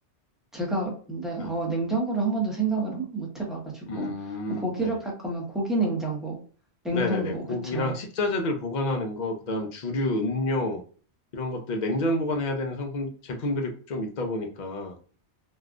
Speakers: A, in the centre; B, on the left (about 50°).
A: 제가 근데
B: 네.
A: 어, 냉장고를 한 번도 생각을 못 해봐가지고
B: 음,
A: 뭐 고기를
B: 네.
A: 팔 거면 고기 냉장고, 냉동고,
B: 네네네. 고기랑
A: 그쵸?
B: 식자재들 보관하는 거, 그다음 주류, 음료, 이런 것들 냉장 보관해야 되는 상품, 제품들이 좀 있다 보니까.